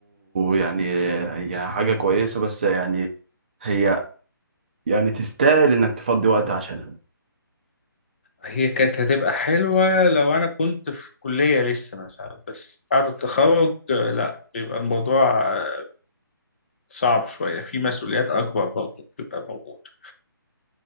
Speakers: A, on the right (about 25°); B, on the left (about 35°).
A: يعني هي حاجة كويسة بس يعني هي يعني تستاهل انك تفضي وقت عشانها
B: هي كانت هتبقى حلوة لو أنا كنت في كلية لسه مثلا بس بعد التخرج آه، لا بيبقى الموضوع آه، صعب شوية في مسؤوليات أكبر برضه بتبقى موجودة